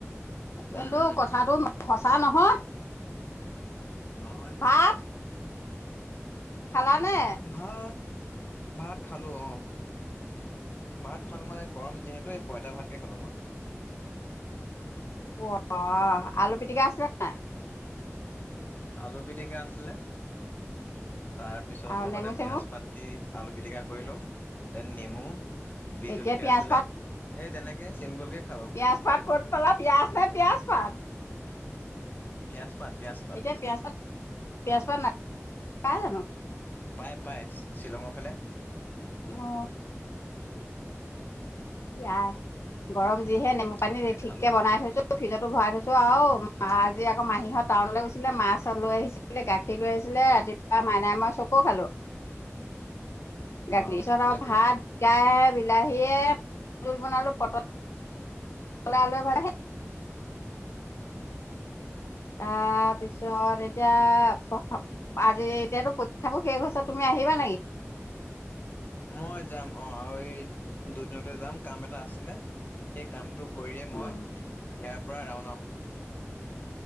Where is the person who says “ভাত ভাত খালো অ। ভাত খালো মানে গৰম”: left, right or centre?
Left